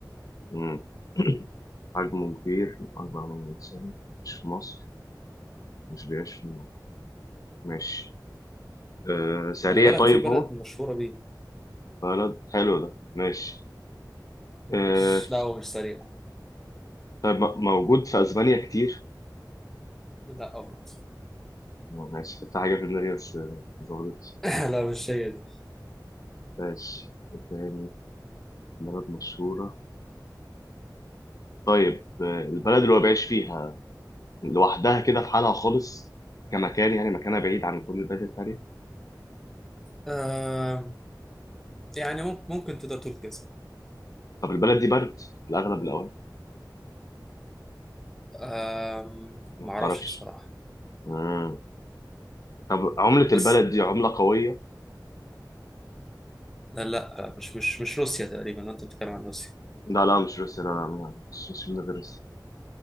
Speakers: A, on the left (about 50°); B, in the centre.
A: مم. <clears throat> حجمه كبير أكبر من الإنسان مش في مصر مش بيعيش في المية ماشي آه سريع
B: خلي بالك
A: طيب
B: في بلد
A: هو
B: مشهورة بيه
A: بلد حلو ده ماشي
B: مش
A: آه
B: لا هو مش سريع
A: طيب م- موجود في أسبانيا كتير
B: لا برضه
A: آه، ماشي كنت حاجة في دماغي بس آه، ظهرت
B: <laughs> لا مش هي دي
A: ماشي إيه تاني بلد مشهورة طيب آه، البلد اللي هو بيعيش فيها لوحدها كده في حالها خالص كمكان يعني مكانها بعيد عن كل البلد التانية
B: آم، يعني ممكن ممكن تقدر تقول كذا
A: طب البلد دي برد في الأغلب الأوقات
B: آم،
A: ما
B: ما
A: بتعرفش
B: اعرفش بصراحة
A: مم. طب عملة
B: بس
A: البلد دي عملة قوية؟
B: لا لا مش مش مش روسيا تقريبا انت بتتكلم عن روسيا
A: لا لا مش روسيا لا لا مش مش من غير روسيا